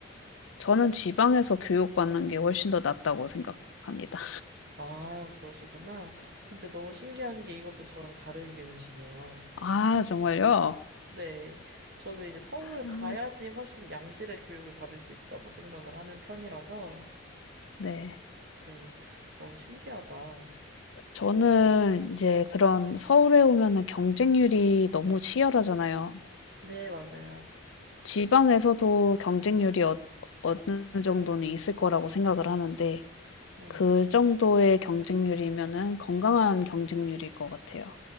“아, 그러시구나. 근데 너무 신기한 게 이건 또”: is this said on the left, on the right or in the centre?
Right